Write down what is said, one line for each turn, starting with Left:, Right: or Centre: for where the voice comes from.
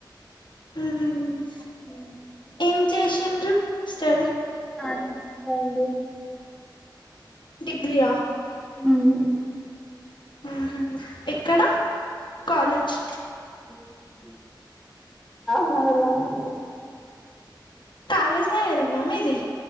Left: ఉహ్ హుమ్మ్
Centre: ఉహ్
Left: ఏం చేసిండ్రు స్టడీ
Centre: నాదే డీగ్రీ అయ్యింది
Left: డీగ్రీయా
Centre: ఉహ్మ్
Left: ఆహా ఎక్కడ కాలేజ్
Centre: <unintelligible> నాగర్లోనే ఉంది
Left: కావేజ్ నాగరేన మీది